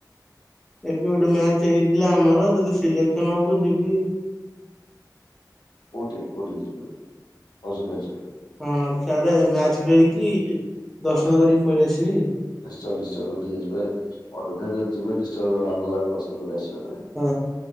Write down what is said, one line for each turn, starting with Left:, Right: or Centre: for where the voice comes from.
Centre: ଏବେ ଗୋଟେ ମ୍ୟାଚ ହେଇଥିଲା ଆମର ଯଦି ସିଲେକ୍ସନ ହବ ଯବି।
Left: କଉଠି କଉଠିକି ଯିବେ ଅଯୋଧ୍ୟା ଯିବେ।
Centre: ହଁ ସିଆଡେ ମ୍ୟାଚ
Left: ଆଁ,
Centre: ଖେଳିକି ଦର୍ଶନ କରିକି ପଳେଇ ଆସିବି।
Left: ନିଶ୍ଚୟ ନିଶ୍ଚୟ ଯଦି ଯିବେ ଅଯୋଧ୍ୟା ଯଦି ଯିବେ ନିଶ୍ଚୟ ରାମ ଲାଲା କୁ ଦର୍ଶନ କରି ଆସିବେ ନା।
Centre: ହଁ